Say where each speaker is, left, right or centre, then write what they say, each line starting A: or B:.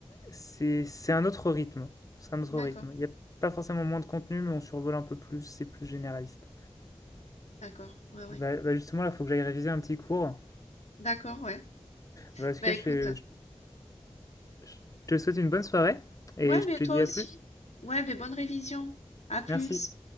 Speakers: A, on the left; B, on the left.
A: C'est c'est un autre rythme, c'est un autre
B: D'accord.
A: rythme. Il y a pas forcément moins de contenu, mais on survole un peu plus, c'est plus généraliste.
B: D'accord, ouais, ouais.
A: Bah bah, justement, là, il faut que j'aille réviser un petit cours.
B: D'accord, ouais.
A: Bah, en tout
B: Bah
A: cas,
B: écoute,
A: je je je te souhaite une bonne soirée et
B: ouais,
A: je
B: mais
A: te
B: toi
A: dis
B: aussi.
A: à plus.
B: Ouais, mais bonne révision. À plus.
A: Merci.